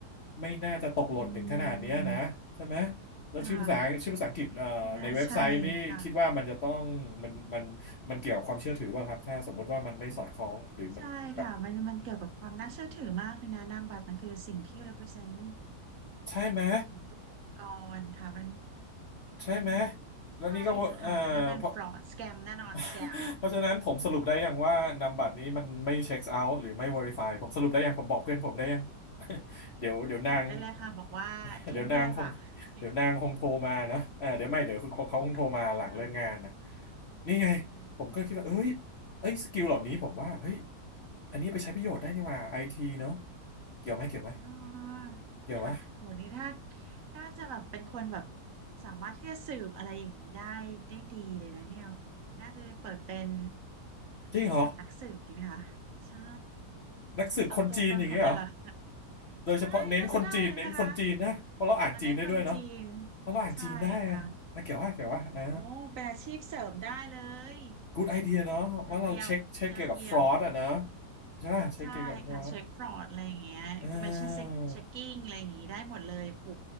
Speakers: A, on the left (about 45°); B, on the right (about 60°).
A: ไม่น่าจะตกหล่นถึงขนาดเนี้ยนะใช่ไหม
B: อืม
A: แล้วชื่อภาษาชื่อภาษาอังกฤษเอ่อในเว็บไซต์นี่คิดว่ามันจะต้องมันมันมันเกี่ยวกับความเชื่อถือป่ะครับถ้าสมมติว่ามันไม่สอดคล้องหรือมันกับ
B: ค่ะไม่น่าใช่ค่ะ ใช่ค่ะ มันมันเกี่ยวกับความน่าเชื่อถือมากเลยนะนามบัตรมันคือสิ่งที่ represent
A: ใช่ไหม
B: ถึงตัวองค์กรค่ะมันมัน
A: ใช่ไหม
B: ไม่น่าใช่ละค่ะ
A: แล้วนี่ก็เวอร์เอ่อเพราะ
B: มันน่าเป็น fraud scam แน่นอน
A: <laughs>
B: scam
A: เพราะฉะนั้นผมสรุปได้ยังว่านามบัตรนี้มันไม่เช็คเอาท์หรือไม่ Verify ผมสรุปได้ยังผมบอกเพื่อนผมได้ยัง <laughs> เดี๋ยวเดี๋ยวนาง
B: ก็บอกได้เลยค่ะ บอกว่าทิ้งไปเลยค่ะทิ้ง
A: <laughs> เดี๋ยวนางคงเดี๋ยวนางคงโทรมานะเออเดี๋ยวไม่เดี๋ยวคุณเขาคงโทรมาหลังเลิกงานนะ
B: ค่ะ
A: นี่ไง
B: อืม
A: ผมก็คิดว่าเอ้ยเอ้ยสกิลเหล่านี้ผมว่าเฮ้ยอันนี้ไปใช้ประโยชน์ได้นี่หว่าไอทีเนาะ
B: ค่ะ
A: เกี่ยวไหม เกี่ยวไหม
B: อ่าค่ะโหนี่ถ้า
A: เกี่ยวไหม
B: น่าจะแบบเป็นคนแบบสามารถที่จะสืบอะไรอย่างนี้ได้ได้ดีเลยนะเนี่ยโหน่าจะเปิดเป็น
A: จริงเหรอ
B: บริษัทนักสืบดีไหมคะใช่
A: นักสืบคนจีนอย่างเงี้ยเหรอ
B: เอาตัวตนของแต่ละคน
A: โดยเฉพาะเน้นคนจีนเน้นคนจีนนะเพราะเราอ่านจีนได้ด้วยเนาะ
B: ใช่น่าจะได้เลยนะคะอันนั้นคนจีน
A: เพราะเราอ่านจีนได้อะนะเกี่ยวว่าเกี่ยวว่าอ่า
B: ใช่ค่ะโหเป็นอาชีพเสริมได้เลย
A: good idea เนาะว่าเราเช็คเช็คเกี่ยวกับ
B: ยอดเยี่ยมยอดเยี่ยม
A: fraud อะเนาะใช่ป่ะเช็คเกี่ยวกับ
B: ใช่ค่ะเช็คฟรอดอะไรอย่างเงี้ย
A: fraud เอ
B: information check-
A: อ
B: checking อะไรอย่างงี้ได้หมดเลยโห